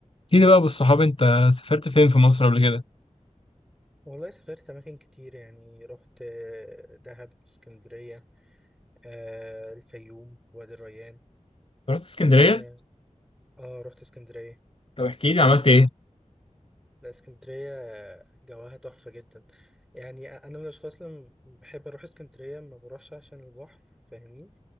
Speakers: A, on the left; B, in the centre.
A: احكي لي بقى بالصحاب انت سافرت فين في مصر قبل كده؟
B: والله سافرت أماكن كتير يعني رحت آه، دهب اسكندرية آه، الفيوم وادي الريان
A: رحت اسكندريه
B: اه آه، رحت اسكندرية
A: طب احكي لي عملت ايه
B: لا اسكندرية آه، جواها تحفة جدا يعني أنا من الأشخاص اللي بحب أروح اسكندرية ما بروحش عشان البحر فاهمني